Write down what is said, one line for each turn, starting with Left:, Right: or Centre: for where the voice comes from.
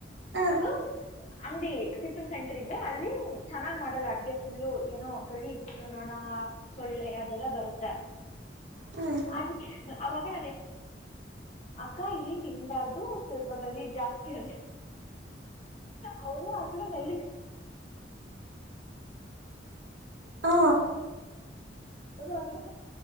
Right: ಹಾಂ
Left: <inaudible> ಒಂದು ಅಂಗಡಿ ಟಿಫನ್ ಸೆಂಟರ್ ಇದೆ ಅಲ್ಲಿ ಚೆನ್ನಾಗ್ ಮಾಡಲ್ಲ ಅಡ್ಗೆ ಫುಲ್ಲು ಏನೋ ಗಲೀಜ್ ಫುಲ್ ನೋಣ ಸೊಳ್ಳೆ ಅದೆಲ್ಲ ಬರುತ್ತ
Right: ಹ್ಞೂ
Left: ಅದಿಕ್ಕೆ ಅವಾಗ್ ಅಕ್ಕ ಇಲ್ಲಿ ತಿನ್ಬಾರ್ದು ಸ್ವಲ್ಪ ಗಲೀಜ್ ಜಾಸ್ತಿ ಅಂದೆ ಅವರು ಆ ಕಡೆ ಹೇಳಿ
Right: ಹಾ
Left: <unintelligible> ನಡ್ಕೊಂಡು